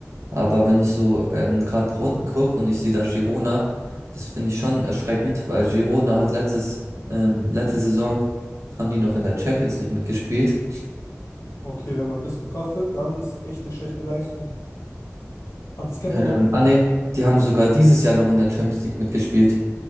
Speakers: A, on the right (about 65°); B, on the left (about 60°).
A: Aber wenn ich so ähm, gerade nach unten gucke und ich sehe da Girona, das finde ich schon erschreckend, weil Girona hat letztes, ähm, letzte Saison haben die noch in der Champions League mitgespielt.
B: Okay, wenn man das betrachtet, dann ist echt eine schlechte Leistung. Ah, das kennt
A: Ähm,
B: man doch.
A: ah ne, die haben sogar dieses Jahr noch in der Champions League mitgespielt.